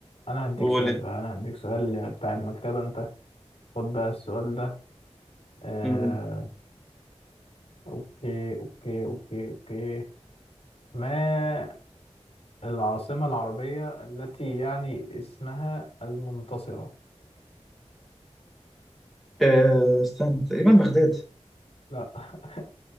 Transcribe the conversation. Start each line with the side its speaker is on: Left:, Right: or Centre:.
Left: انا هديك
Centre: قول
Left: سؤال
Centre: انت
Left: بقى انا هديك سؤال بتاع المكتبة انت خد بقى السؤال ده آه...
Centre: مم.
Left: اوكي اوكي اوكي اوكي ما العاصمة العربية التي يعني اسمها المنتصرة
Centre: أه... استنى تقريبا بغداد
Left: لا <laughs>